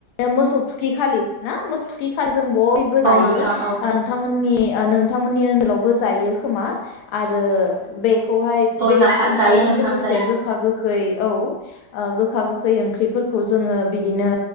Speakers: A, on the left; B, on the right.
A: मोसौ थुखि खालि ना मो थुखि खालि जों बयबो जायो
B: औ नोंथां औ
A: नोंथा‌मोननि ओ नोंथांमोननि ओनसोलावबो जायो खोमा आरो बेखौहाय
B: औ
A: बे
B: जाखा
A: खुंखाजों
B: जायो नोंथां
A: लोगोसे
B: जायो
A: गोखा गोखै औ ओ गोखा गोखै ओंख्रिफोरखौ जोङो बिदिनो